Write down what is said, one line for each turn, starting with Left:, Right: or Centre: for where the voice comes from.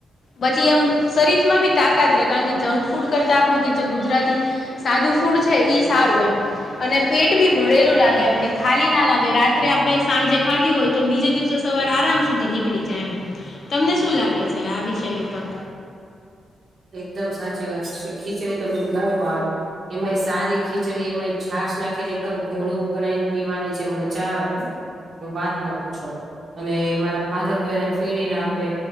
Left: પછી એમ શરીર માં બી તાકાત રહે કારણ કે જંક ફૂડ કરતા આપણું કે છે ગુજરાતી સાદું ફૂડ છે એ સારું એમ અને પેટ ભી ભરેલું લાગે એમ કે ખાલી ના લાગે રાત્રે આપડણે સાંજે ખાધી હોય તો બીજે દિવસે સવાર આરામ સુધી નીકળી જાય એમ તમને શું લાગે છે આ વિષય ઉપર
Right: એકદમ સાચી વાત છે ખીચડી તમને બહુ ભાવે એમાંય સારી ખીચડી એમાંય છાસ નાખી ને એકદમ ઘોળું બનાવીને પીવાની જે મજા આવે વાત ન પૂછો અને મારા ફાધર તો એને ફેણીને આપે